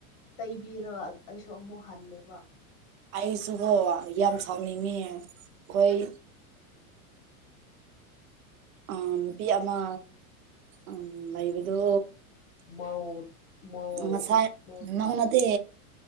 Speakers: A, on the left (about 40°); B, on the right (about 65°).
A: ꯇꯩꯕꯤꯔ ꯑꯩꯁꯨ ꯑꯃꯨꯛ ꯍꯜꯂꯦꯕ
B: ꯑꯩꯁꯨꯕꯣ ꯌꯥꯝ ꯁꯥꯎꯅꯤꯡꯉ ꯑꯩꯈꯣꯏ ꯑ ꯅꯨꯄꯤ ꯑꯃ ꯎ ꯂꯩꯕꯗꯣ
A: ꯃꯧ ꯃꯧ
B: ꯉꯁꯥꯏ
A: ꯃꯧ
B: ꯅꯅꯥꯍꯅꯗꯤ